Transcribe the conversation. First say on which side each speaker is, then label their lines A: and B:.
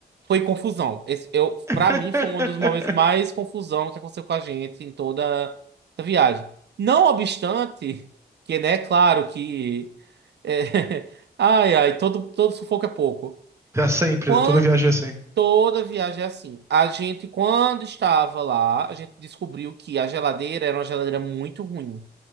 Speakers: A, on the right (about 80°); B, on the right (about 15°).
A: Foi confusão. Esse, eu,
B: <laughs>
A: para mim, foi um dos momentos mais confusão que aconteceu com a gente em toda a viagem. Não obstante, que, né, claro que. é, <laughs> ai, ai, todo, todo sufoco é pouco.
B: É sempre,
A: Quando,
B: né? Toda viagem é assim.
A: toda viagem é assim. A gente, quando estava lá, a gente descobriu que a geladeira era uma geladeira muito ruim